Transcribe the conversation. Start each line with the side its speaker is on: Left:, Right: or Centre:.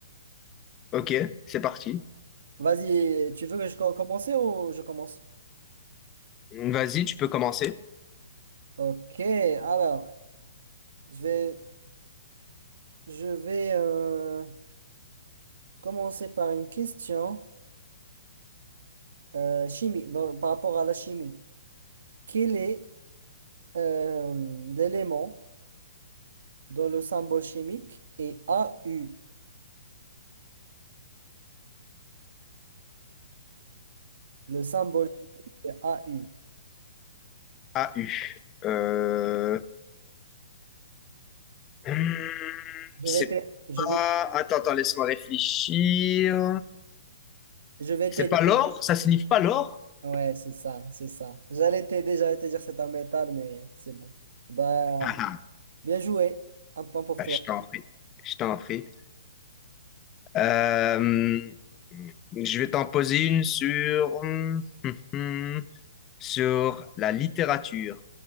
Left: Ok, c'est parti.
Right: Vas-y, tu veux que je co- commence ou je commence?
Left: Vas-y, tu peux commencer.
Right: Ok, alors, je vais Je vais euh, commencer par une question euh, chimie, dans- par rapport à la chimie. Quel est euh, l'élément dont le symbole chimique est AU? Le symbole chimique est AU.
Left: AU. Euh... hmm,
Right: Je
Left: C'est
Right: vais t'aider. Je
Left: pas...
Right: vais,
Left: Attends, attends, laisse-moi réfléchir.
Right: je vais
Left: C'est
Right: t'aider.
Left: pas l'or? Ça signifie pas l'or?
Right: Ouais,
Left: <laughs>
Right: c'est ça, c'est ça. J'allais t'aider, j'allais te dire c'est un métal, mais c'est bon. Bah,
Left: Ah, ah,
Right: bien joué. Un point pour
Left: bah,
Right: toi.
Left: je t'en prie. Je t'en prie. Euh, Je vais t'en poser une sur... hmm, hmm, hmm, sur la littérature.